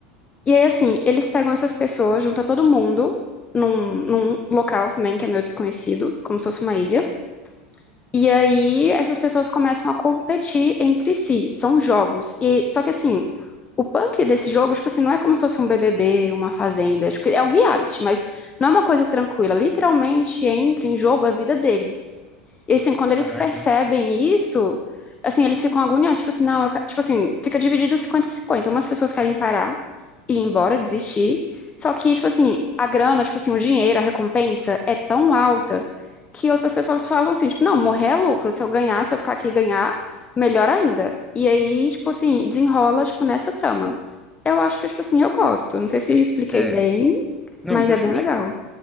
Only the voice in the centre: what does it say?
Caraca.
É.
Não,
poxa,